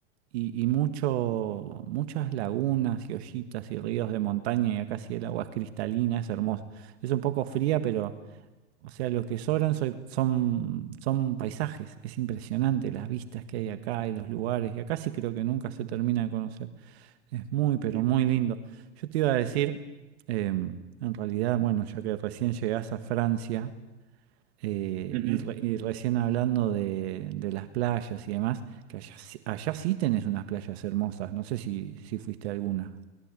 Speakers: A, on the right; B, on the right.
A: y, y mucho, muchas lagunas y ollitas y ríos de montaña y acá sí el agua es cristalina, es hermosa. Es un poco fría, O sea, lo que sobran soy- son, son paisajes. Es impresionante las vistas que hay acá y los lugares. Y acá sí creo que nunca se termina de conocer. Es muy, pero
B: Sí,
A: muy lindo. Yo te iba a decir, em, en realidad,
B: sí.
A: bueno, ya que recién llegás a Francia eh,
B: Ujú.
A: y, re- y recién hablando de, de las playas y demás, que allá, sí- allá sí tenés unas playas hermosas. No sé si, si fuiste a alguna.